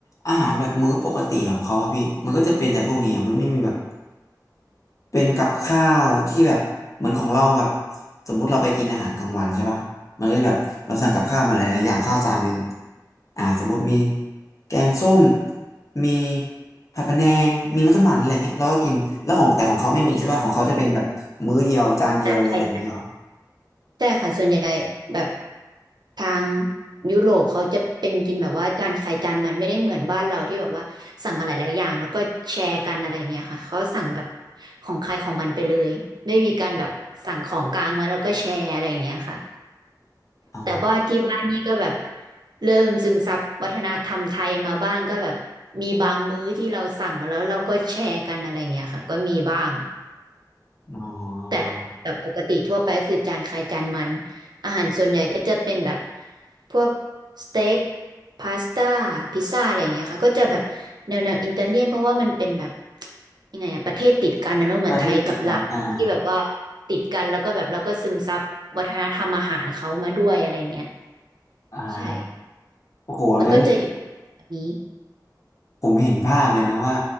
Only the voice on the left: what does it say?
อาหารแบบมื้อปกติของเขาอะพี่มันก็จะเป็นแต่พวกนี้อะมันไม่มีแบบ เป็นกับข้าวที่แบบเหมือนของเราแบบสมมุติเราไปกินอาหารกลางวันใช่ปะมันก็จะแบบเราสั่งกับข้าวมาหลายๆอย่างข้าวจานหนึ่งอ่าสมมุติมีแกงส้มมีผัดพะแนงมีมัสมั่นอะไรเงี้ยเราก็กินแล้วของแต่ของเขาไม่มีใช่ปะของเขาจะเป็นแบบมื้อเดียวจานเดียวเลยอะไรอย่างเงี้ยเหรอ
อ๋อ
อ๋อ
ก็ที่ติดกันอ่า
อ่า
โอ้โหงั้น
ผมเห็นภาพเลยนะว่า